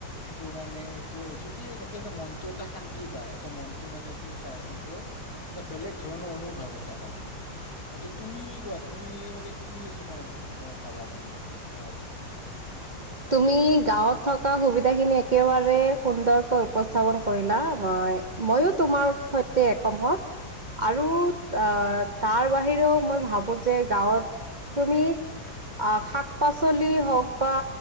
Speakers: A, on the left; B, on the right.
A: সেইটো কাৰণে সেইটোয়ে কৈছো কি তাতে এটা মনটো এটা শান্তি পায়। এটা মনটো মানে কি <unintelligible> কৈ এটা বেলেগ ধৰণৰ অনুভৱ এটা পাওঁ। বাকী তুমি কোৱা, তুমি মতে কি কিছুমান ভাবা তুমি গাঁৱত? <unintelligible>
B: তুমি গাঁৱত থকা সুবিধাখিনি একেবাৰে সুন্দৰকৈ উপস্থাপন কৰিলা। মই- মইয়ো তোমাৰ সৈতে একমত। আৰু আহ' তাৰ বাহিৰেও মই ভাবোঁ যে গাৱঁত তুমি- আহ' শাক-পাচলি হওঁক বা